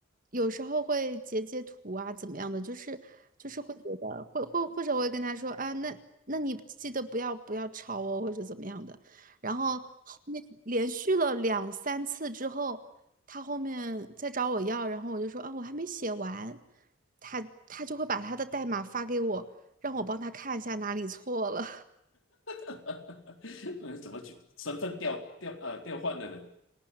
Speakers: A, on the right (about 45°); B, on the left (about 85°).
A: 有时候会截截图啊，怎么样的，就是就是会觉得会会或者我会跟他说啊，那那你记得不要不要抄哦，或者怎么样的。然后后面连续了两三次之后，他后面再找我要，然后我就说啊，我还没写完，他他就会把他的代码发给我，让我帮他看一下哪里错了。
B: <laughs> 嗯，怎么去身份调调呃调换的人？